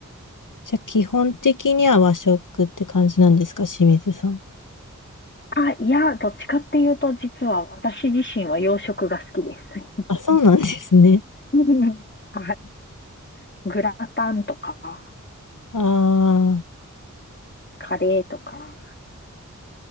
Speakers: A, on the left; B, on the left.
A: じゃあ、基本的には和食って感じなんですか、清水さん。
B: あ、いや、どっちかっていうと、実は私自身は洋食が好きです。
A: あ、そうなんですね。
B: <laughs> はい。グラタンとか、
A: あー
B: カレーとか、